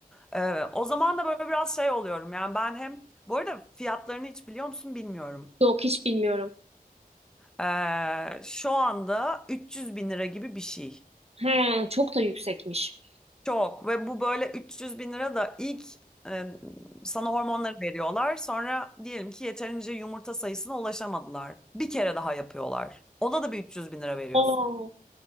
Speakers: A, in the centre; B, on the right.
A: Ee, o zaman da böyle biraz şey oluyorum. Yani ben hem bu arada fiyatlarını hiç biliyor musun bilmiyorum.
B: Yok hiç bilmiyorum.
A: Ee, şu anda 300 bin lira gibi bir şey.
B: Hı, çok da yüksekmiş.
A: Çok ve bu böyle 300 bin lira da ilk e, sana hormonları veriyorlar. Sonra diyelim ki yeterince yumurta sayısına ulaşamadılar. Bir kere daha yapıyorlar. Ona da bir 300 bin lira veriyorsun.
B: Aa.